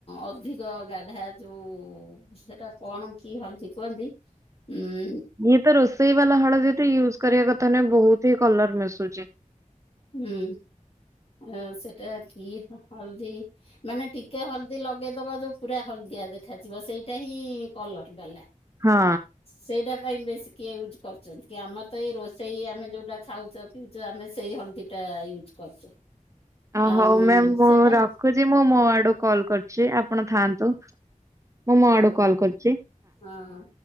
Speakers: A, on the left (about 45°); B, on the right (about 20°).
A: ଅଧିକ ଗାଧା ଯୋଉ ସେଟା କଣ କି ହଲଦ କୁହନ୍ତି ଉଁ
B: ଇଏ ତ ରୋଷେଇ ବାଲା ୟୁଜ। କରିବା କଥା ନ ବହୁତ ହି କଲର ମିଶୁଛି।
A: ହୁଁ ଆ ସେଟା କି ହଲଦି। ମାନେ ଟିକେ ହଳଦୀ ଲଗେଇଦବା ଯୋଉ ପୁରା ହଳଦିଆ ଦେଖ ଦେଖାଯିବ ସେଇଟା ହିଁ କଲର ବାଲା
B: ହଁ।
A: ସେଇଟା କାଇଁ ବେଶ କିଏଜ କରୁଛନ୍ତି କି ଆମର ତ ଏଇ ରୋଷେଇ ଆମେ ଯୋଉଟା ଖାଉଛ ପିଉଛୁ ଆମେ ସେଇହଲ୍ ଦଟା ୟୁଜ୍ କରୁଛୁ। ଆଉ
B: ହଉ ମ୍ୟାମ୍ ମୁଁ
A: ସେଟା
B: ରଖୁଛି ମୁଁ ମୋ ଆଡୁ କଲ୍ କରୁଛି ଆପଣ ଥାଆନ୍ତୁ। ମୁଁ ମୋ
A: ହଉ
B: ଆଡୁ କଲ୍
A: ହଉ
B: କରୁଛି
A: ହଁ ହଉ।